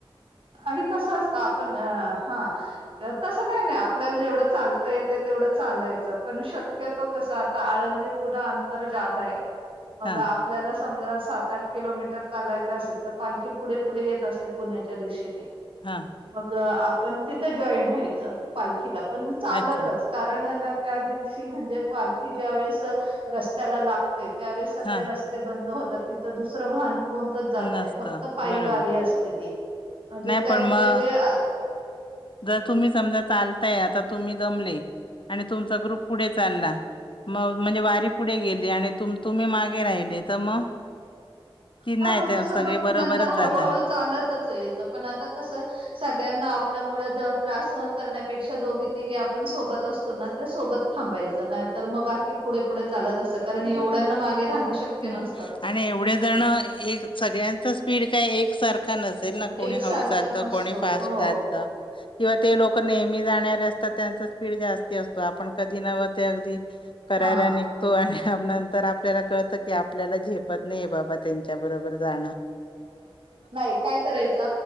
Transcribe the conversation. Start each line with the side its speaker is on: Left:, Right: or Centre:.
Right: आणि कस असत आपण, हां. तस काही नाही, आपल्याला जेवढ चालता येतय तेवढ चालायच, पण शक्यतो कस आळंदी पुना अंतर जादा आहे. मग
Left: हा
Right: आपल्याला समजा सात आठ किलोमीटर चालायच असेल, तर पालखी पुढे पुढे येत असते पुण्याची. त्या दिशेने.
Left: हां.
Right: मग, आपण तिथ जॉईन व्हायच, पालखीला पण चालतच.
Left: अच्छा
Right: कारणय ना त्या दिवशी, म्हणजे पालखी ज्या वेळेस रस्त्याला लागते, ते त्यावेळेस सगळे
Left: हा
Right: रस्ते बंद होतात, तिथ दुसर वाहन कोणतच जात
Left: नसतं
Right: नाही, फक्त पायी
Left: बरोबर
Right: वारी असते ती. म्हणजे
Left: नाही
Right: त्यांचे
Left: पण मग
Right: जे ह
Left: जर तुम्ही समजा चालताय, आता तुम्ही दमले, आणि तुमचा ग्रुप पुढे चालला, मग म्हणजे वारी पुढे गेली, आणि तुम्ही मागे राहिले तर मग? कि नाही
Right: हा मग
Left: ते
Right: तस
Left: सगळे
Right: मग,
Left: बरोबरच
Right: नंतर
Left: जाता
Right: हळूहळू चालतच यायच, पण आता कस, सगळ्यांना आपल्यामुळे त्रास सहन करण्यापेक्षा, दोघी तिघी आपण सोबत असतो ना त्या सोबत थांबायच नाहीतर मग बाकी पुढे पुढे चालत असत कारण एवढ्यांना मागे राहण शक्य
Left: नाही,
Right: नसतं
Left: आणि एवढे जण, एक सगळ्यांचा स्पीड काय एक सारखा नस असल ना, कोणी
Right: एकसारखा
Left: हळू चालत
Right: नसतो
Left: कोणी फास्ट
Right: हो
Left: चालत. किंवा ते लोक नेहमी जाणारे असतात, त्यांचा स्पीड जास्ती असतो, आपण कधी नव्ह ते अगदी करायला
Right: हा
Left: निघतो, आणि नंतर आपल्याला कळत की की आपल्याला झेपत नाहीये बाबा त्यांच्या बरोबर जाण.
Right: नाही काय करायच.